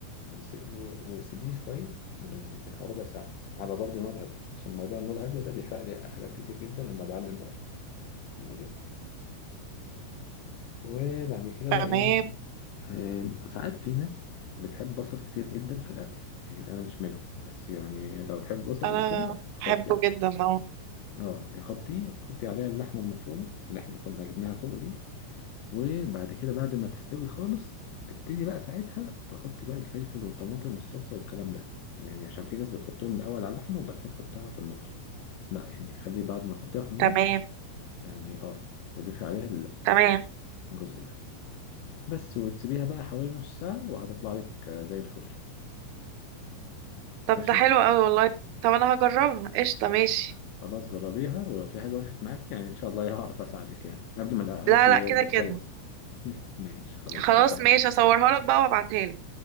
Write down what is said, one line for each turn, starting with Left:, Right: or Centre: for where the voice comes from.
Left: وس- و- وسيبيه شوية ال- بتاع ربع ساعة مثلا على برضه نار هادية عشان موضوع النار الهادية ده بيحرق لي حاجات كتير جدا لما بعلي النار ماشي وبعد كده
Right: تمام
Left: بقى ايه آه، ساعات في ناس بتحب بصل كتير جدا في الاكل يعني انا مش منهم بس يعني لو تحب بصل
Right: انا
Left: وكده حطي
Right: بحبه
Left: عليه
Right: جدا اه
Left: اه يعني حطيه حطي عليها اللحمه المفرومه اللي احنا كنا جبناها فوق دي وبعد كده بعد ما تستوي خالص تبتدي بقى ساعتها تحطي بقى الفلفل والطماطم والصلصه والكلام ده يعني عشان في ناس بتحطهم الاول على اللحمه وبعد كده تحطها في النار لا يعني خلي بعد ما تحطيها في النار
Right: تمام
Left: يعني اه تضيفي عليها
Right: تمام
Left: الجزء ده بس وتسيبيها بقى حوالي نص ساعة وهتطلع لك آه، زي الفل
Right: طب
Left: ماشي
Right: ده حلو قوي والله طب انا هجربها قشطة ماشي
Left: خلاص جربيها ولو في حاجة وقفت معاك يعني إن شاء الله هعرف أساعدك يعني قبل ما الأكل
Right: لا لا
Left: يتحرق
Right: كده كده
Left: <laughs> ماشي خلاص
Right: خلاص
Left: اتفقنا
Right: ماشي اصورها لك بقى وابعتها لك